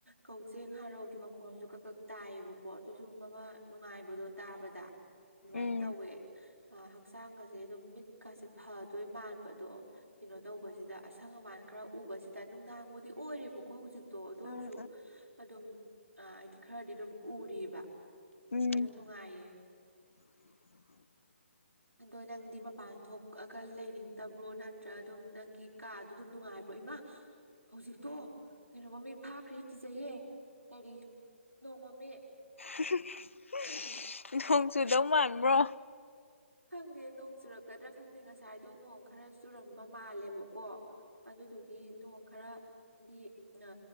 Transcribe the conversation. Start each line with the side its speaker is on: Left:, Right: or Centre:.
Right: ꯀꯧꯖꯦꯡ ꯍꯥꯔꯧꯒꯤ ꯃꯈꯣꯟꯁꯨ ꯀꯛ ꯀꯛ ꯇꯥꯏꯌꯦꯕꯀꯣ ꯑꯗꯨ ꯁꯨꯝꯕ ꯑꯃ ꯅꯨꯡꯉꯥꯏꯕꯗꯣ ꯇꯥꯕꯗ ꯑꯗꯨꯃꯥꯏꯅ
Left: ꯎꯝ
Right: ꯇꯧꯋꯦ ꯍꯛꯆꯥꯡꯒꯁꯦ ꯑꯗꯨꯝ ꯃꯤꯠꯀꯁꯦ ꯐꯗꯣꯏ ꯃꯥꯟꯕꯗꯣ ꯀꯩꯅꯣ ꯇꯧꯕꯁꯤꯗ ꯑꯁꯪ ꯑꯃꯥꯟ ꯈꯔ ꯎꯕꯁꯤ ꯁꯤꯗ ꯅꯨꯡꯗꯥꯡꯕꯨꯗꯤ ꯑꯣꯏꯔꯦꯕꯀꯣ ꯍꯧꯖꯤꯛꯇꯣ ꯑꯗꯨ
Left: ꯎꯝ
Right: ꯑꯣꯏꯔꯁꯨ ꯑꯗꯨꯝ ꯑꯥ ꯍꯥꯏꯗꯤ ꯈꯔꯗꯤ ꯑꯗꯨꯝ ꯎꯔꯤꯕ
Left: ꯎꯝ
Right: ꯑꯗꯨ ꯅꯨꯡꯉꯥꯏꯌꯦ
Left: <unintelligible>
Right: ꯑꯗꯣ ꯅꯪꯗꯤ ꯃꯄꯥꯟ ꯊꯣꯛꯑꯒ ꯂꯩꯅꯤꯡꯗꯕ꯭ꯔꯣ ꯅꯠꯇ꯭ꯔ ꯑꯗꯨꯝ ꯅꯪꯒꯤ ꯀꯥꯗꯣ ꯑꯗꯨꯝ ꯅꯨꯡꯉꯥꯏꯕ꯭ꯔꯣ ꯏꯃꯥ ꯍꯧꯖꯤꯛꯇꯣ ꯀꯩꯅꯣ ꯃꯃꯤꯠ ꯐꯥꯈ꯭ꯔꯦ ꯀꯤꯖꯩꯌꯦ ꯀꯔꯤ ꯅꯣꯡ ꯃꯥꯃꯤꯠ
Left: <unintelligible> ꯅꯣꯡ ꯆꯨꯗꯧ ꯃꯥꯟꯕ꯭ꯔꯣ
Right: ꯈꯪꯗꯦ ꯅꯣꯡ ꯆꯨꯔꯛꯀꯗ꯭ꯔꯥ ꯈꯪꯗꯦ ꯉꯁꯥꯏꯗꯣ ꯅꯣꯡ ꯈꯔ ꯆꯨꯔꯝꯕ ꯃꯥꯜꯂꯦꯕꯀꯣ ꯑꯗꯨꯗꯨꯒꯤ ꯅꯣꯡ ꯈꯔ ꯗꯤ ꯑ